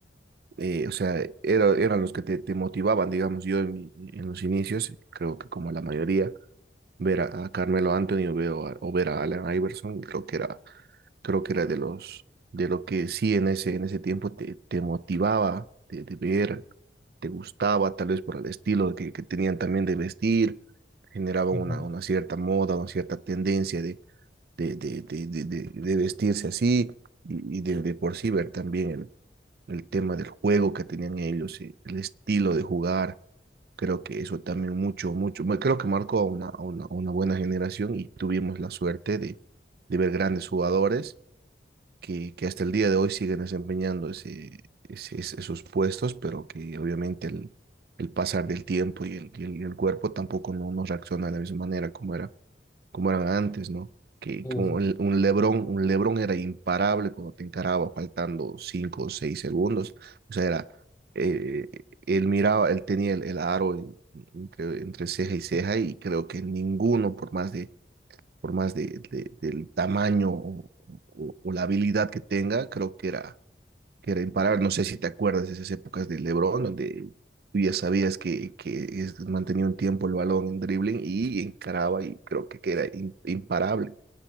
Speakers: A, on the right; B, on the left.
A: eh, o sea, era- eran los que te, te motivaban, digamos, yo en, mi- en los inicios, creo que como la mayoría, ver a, a Carmelo Anthony o, veo a- o ver a Allen Iverson, creo que era creo que era de los, de lo que sí en ese, en ese tiempo te, te motivaba de, de ver, te gustaba, tal vez por el estilo que, que tenían también de vestir, generaba una,
B: <laughs>
A: una cierta moda, una cierta tendencia de, de, de, de, de, de- de vestirse así y, y de, de por sí ver también el, el tema del juego que tenían ellos, eh, el estilo de jugar. Creo que eso también mucho, mucho, bueno, creo que marcó a una, a una, a una buena generación y tuvimos la suerte de, de ver grandes jugadores que, que hasta el día de hoy siguen desempeñando ese, ese- es- esos puestos, pero que obviamente el, el pasar del tiempo y el, y el, y el cuerpo tampoco no, no reacciona de la misma manera como era, como eran antes, ¿no? Que
B: Sí,
A: como
B: sí.
A: el- un LeBron, un LeBron era imparable cuando te encaraba faltando 5 o 6 segundos. O sea, era, eh, él miraba, él tenía el, el aro en- entre, entre ceja y ceja y creo que ninguno, por más de por más de, de- del tamaño o, o- o la habilidad que tenga, creo que era, que era imparable. No sé si te acuerdas de esas épocas de LeBron, donde tú ya sabías que, que es- mantenía un tiempo el balón en dribbling y encaraba y creo que, que era im- imparable.